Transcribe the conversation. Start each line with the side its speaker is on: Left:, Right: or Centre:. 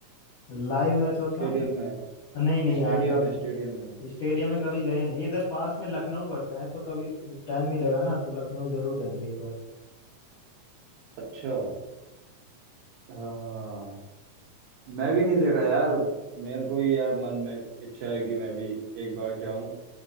Left: लाइव मैच मतलब
Right: स्टेडियम में
Left: नहीं नहीं
Right: स्टेडियम
Left: यार कभी
Right: में स्टेडियम में
Left: स्टेडियम में कभी गए नहीं इधर पास में लखनऊ पड़ता है तो कभी टाइम मिलेगा ना तो लखनऊ जरूर जाएंगे एक बार
Right: अच्छा हाँ मैं भी नहीं देखा यार मेरे को भी यार मन में इच्छा है कि मैं भी एक बार जाऊं